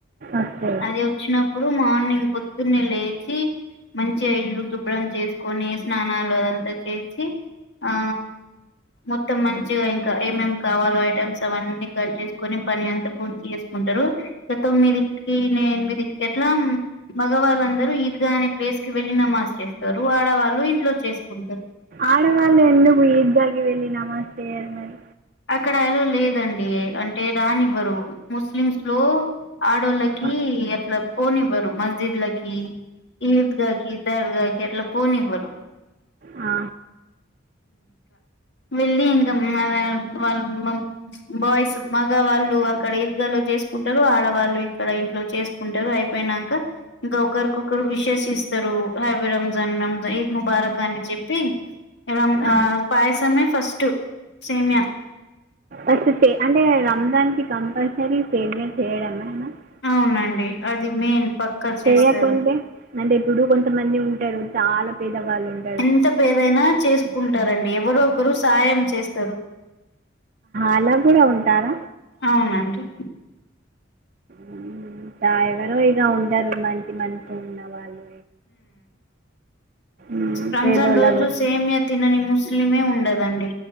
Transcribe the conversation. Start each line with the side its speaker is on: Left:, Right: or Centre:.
Right: ఓకే.
Left: అది. వచ్చినప్పుడు మార్నింగ్ పొద్దున్నే లేచి. మంచిగా ఇల్లు శుభ్రం చేసుకొని స్నానాలు అదంతా చేసి ఆ మొత్తం మంచిగా ఇంకా ఏమేమి కావాలో ఐటమ్స్ అవన్నీ కట్చేస్. కొని పని అంత పూర్తి చేసుకుంటారు ఇక తొమ్మిదిట్కి నే ఎనిమిదింటికి అట్లా. మగవాళ్ళందరూ ఈద్గా అనే ప్లేస్ కి వెళ్లి నమాజ్ చేస్తారు ఆడవాళ్ళు ఇంట్లో చేసుకుంటారు.
Right: ఆడ మాళ్ళ ఎందుకు ఈద్గ కి వెళ్లి నమాజ్ చేయరు మరి.
Left: అక్కడ అల్లో లేదండి అంటే రాని ఇవ్వరు ముస్లిమ్స్ లో ఆడోలకి
Right: ఆ!
Left: అట్ల పోనివరు మస్జిద్లకి <unintelligible> గకి దర్గా అట్ల పోనివారు
Right: ఆ
Left: వెళ్ళి ఇంకా మల్ల వాళ్ళు బాయ్స్ మగ వాళ్ళు అక్కడ ఈద్గాలో చేసుకుంటారు ఆడవాళ్ళు ఇక్కడ ఇంట్లో చేసు కుంటారు అయిపోయినాకా ఇంక ఒకరికొకరు విశేష ఇస్తారు హ్యాపీ రంజాన్ ఇది ముబారక్ అని చెప్పి <unintelligible>
Right: ఆ!
Left: పాయసమే ఫస్ట్ సేమ్య
Right: అస్ అంటే రంజాన్కి కంపల్సరీ సేమ్యా చేయడం <unintelligible>
Left: అవునండి అది మెయిన్ పక్క చేస్తారు
Right: చేయకుంటే అంటే ఎప్పుడు కొంతమంది ఉంటారు చాల పేదవాళ్ళు ఉ
Left: ఎంత పేదైనా చేసుకుంటారండి ఎవరో ఒకరు సయం చేస్తరు
Right: అలా కూడ ఉంటార
Left: అవునండి
Right: మ్మ్. ఎవరో ఇగ ఉంటారు మంచి మంచిగ ఉన్న వాళ్ళు మ్మ్.
Left: రంజాన్
Right: పేదోళ్ళ
Left: రోజు
Right: గురించి
Left: సేమ్య తినని ముస్లిమే ఉండదండి